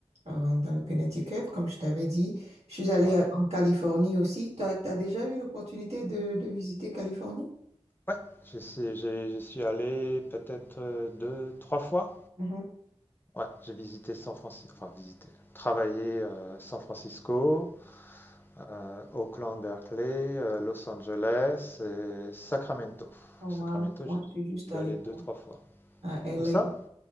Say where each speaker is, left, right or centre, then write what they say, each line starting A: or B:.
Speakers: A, on the right (about 70°); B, on the left (about 20°).
A: euh, dans le Connecticut, comme je t'avais dit. Je suis allée
B: Ouais.
A: à-
B: Ouais.
A: en Californie aussi. Tu as, déjà eu l'opportunité de, de visiter Californie?
B: Ouais, je sais j'ai j'y suis allé peut-être, heu, 2-3 fois.
A: Mhm.
B: Ouais, j'ai visité San Francisco, enfin visité, travaillé, heu, San Francisco, heu, Oakland, Berkeley, heu, Los Angeles et Sacramento.
A: Oh,
B: Sacramento,
A: wow. Moi,
B: j'ai dû
A: je suis juste
B: j'ai dû
A: allée
B: aller deux, trois fois.
A: à LA.
B: Où ça?